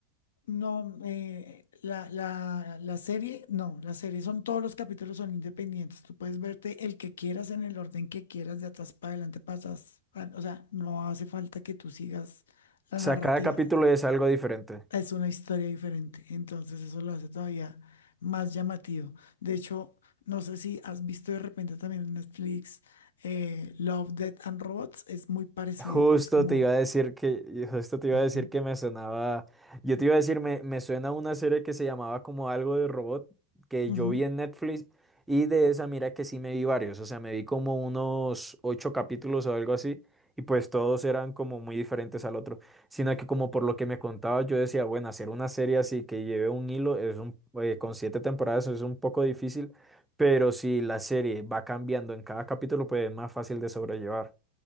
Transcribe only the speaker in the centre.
O
sea, cada capítulo es algo diferente.
Justo
te iba a decir que, justo te iba
a decir que me sonaba, yo te iba a decir, me, me suena una serie que se llamaba como algo de robot, que
yo vi en Netflix, y de esa mira que sí me vi varios, o sea, me vi como unos ocho capítulos o algo así, y pues todos eran como muy diferentes al otro, sino que como por lo que me contaba, yo decía, bueno, hacer una serie así que lleve un hilo, es un, eh, con siete temporadas es un poco difícil, pero si la serie va cambiando en cada capítulo, pues es más fácil de sobrellevar.